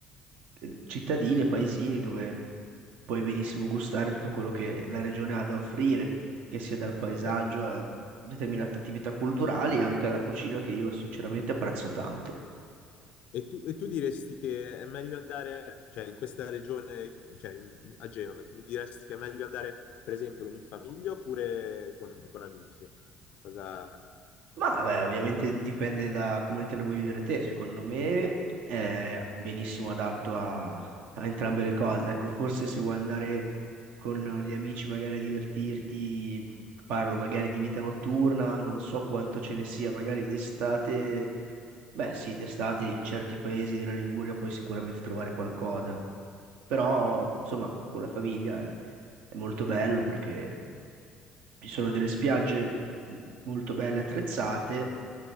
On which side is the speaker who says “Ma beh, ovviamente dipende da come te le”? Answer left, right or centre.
Right